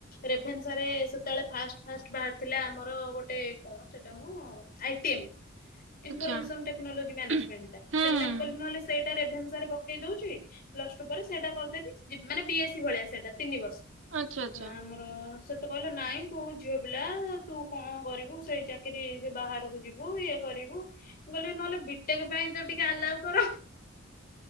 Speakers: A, on the left; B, on the right.
A: ରେଭେନ୍ସା ରେ ସେତେବେଳେ ଫାଷ୍ଟ ଫାଷ୍ଟ ବାହାରିଥିଲା ଆମର ଗୋଟେ କଣ ସେଟାମ ଆଇଟିଏମ୍ ଇନଫର୍ମସନ
B: ଆଚ୍ଛା
A: ଟେକ୍ନୋଲୋଜି ମ୍ୟାନେଜମେଣ୍ଟା
B: ହୁଁ ହୁଁ
A: ସେଇଟା ମୁ କହିଲି ନହେଲେ ସେ ସେଇଟା ରେଭେନ୍ସା ରେ ପକେଇ ଦଉଚି ପ୍ଲସ୍ ପରେ ସେଇଟା କରିଦେବି ଇବି ମାନେ ପିଏସି ଭଳିଆ ସେଇଟା ତିନି ବର୍ଷ
B: ଆଚ୍ଛା ଆଚ୍ଛା।
A: ଆମର ସେତେ କହିଲେ ନାଇଁ ତୁ ଝିଅ ପିଲା ତୁ କଣ କରିବୁ ସେଇ ଚାକିରି ସେ ବାହାରକୁ ଯିବୁ ଇଏ କରିବୁ ମୁ କହିଲି ନହେଲେ ବିଟେକ ପାଇଁ ତ ଟିକେ ଆଲାଉ କର।